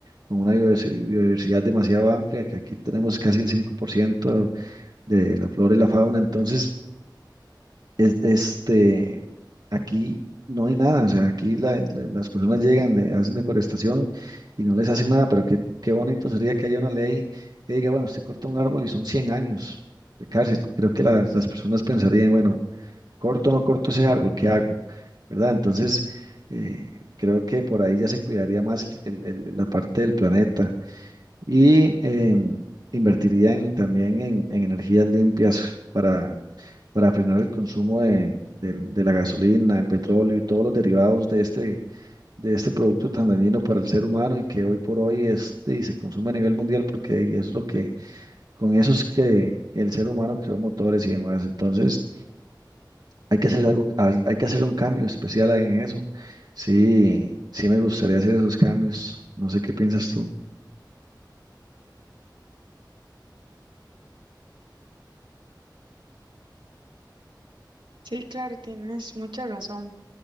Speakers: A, on the right; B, on the right.
A: con una biodivers- biodiversidad demasiado amplia, que aquí tenemos casi el 5% de la flora y la fauna. Entonces, es- este, aquí no hay nada, o sea, aquí la- la- las personas llegan, de, hacen deforestación y no les hacen nada, pero qué, qué bonito sería que haya una ley que diga, bueno, usted corta un árbol y son 100 años de cárcel. Creo que las las personas pensarían, bueno, corto o no corto ese árbol, ¿qué hago? ¿Verdad? Entonces, eh, creo que por ahí ya se cuidaría más el- el- el- la parte del planeta y em, invertiría en- también en, en energías limpias para, para frenar el consumo de, del- de la gasolina, el petróleo y todos los derivados de este, de este producto tan dañino para el ser humano y que hoy por hoy este, y se consume a nivel mundial porque y es lo que, con eso es que el ser humano creó motores y demás. Entonces, hay que hacer algo, hay, hay que hacer un cambio especial en eso. Sí, sí me gustaría hacer esos cambios. No sé qué piensas tú.
B: Sí, claro, tienes mucha razón.